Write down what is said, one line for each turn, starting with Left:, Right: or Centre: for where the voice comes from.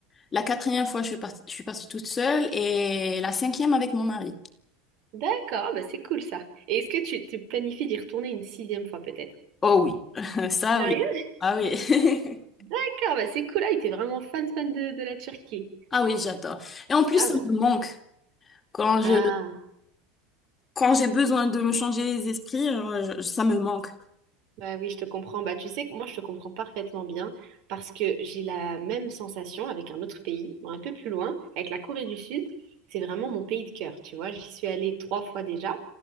Left: La quatrième fois, je suis partie, je suis partie toute seule et la cinquième avec mon mari.
Right: D'accord, ah bah c'est cool ça. Et est-ce que tu, tu planifies d'y retourner une sixième fois peut-être?
Left: Oh oui, <laughs> ça
Right: Sérieux?
Left: oui. Ah oui. <laughs>
Right: D'accord, bah c'est cool. Ah, il était vraiment fan, fan de, de la Turquie.
Left: Ah oui, j'adore. Et en plus,
Right: Ah,
Left: ça
Right: ouais.
Left: me manque. Quand
Right: Ah.
Left: je, quand j'ai besoin de me changer les esprits, euh, je- ça me manque.
Right: Bah oui, je te comprends. Bah, tu sais que moi, je te comprends parfaitement bien parce que j'ai la même sensation avec un autre pays, bon, un peu plus loin, avec la Corée du Sud. C'est vraiment mon pays de cœur, tu vois. J'y suis allée trois fois déjà.